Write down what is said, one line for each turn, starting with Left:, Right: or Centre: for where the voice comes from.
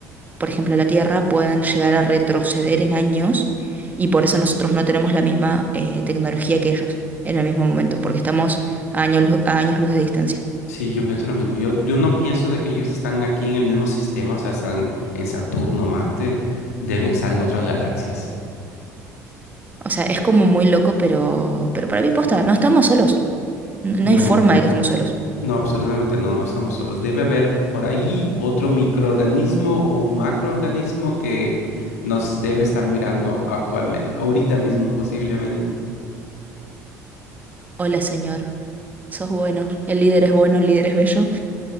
Right: por ejemplo, a la Tierra, pueden llegar a retroceder en años y por eso nosotros no tenemos la misma eh, tecnología que ellos en el mismo momento, porque estamos a años, lu- a años luz de distancia.
Left: Sí, yo pienso lo mismo. Yo, yo no pienso de que ellos están aquí en el mismo sistema, o sea, están en Saturno, Marte, deben estar en otras galaxias.
Right: O sea, es como muy loco, pero, pero para mí posta, no estamos solos. No,
Left: No,
Right: no hay forma de que estemos solos.
Left: no, absolutamente no, no estamos solos. Debe haber por ahí otro microorganismo o un macroorganismo que nos debe estar mirando actualmente, ahorita mismo posiblemente.
Right: Hola, señor. Sos bueno. El líder es bueno, el líder es bello.